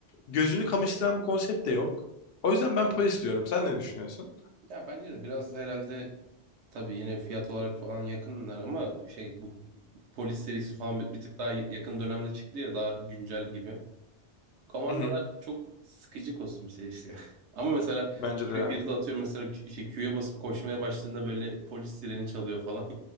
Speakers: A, on the left (about 65°); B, on the right (about 85°).
A: Gözünü kamaştıran bir konsept de yok. O yüzden ben polis diyorum. Sen ne düşünüyorsun?
B: Ya bence de biraz herhalde tabii yine fiyat olarak falan yakınlar ama şey bu polis serisi falan bir, bir tık daha yakın dönemde çıktı ya daha güncel gibi. Komandalar
A: Hı hı.
B: çok sıkıcı kostüm serisi ya. <laughs> Ama mesela
A: Bence
B: böyle
A: de ya.
B: bir de atıyorum mesela Q- şey, Q'ya basıp koşmaya başladığında böyle polis sireni çalıyor falan.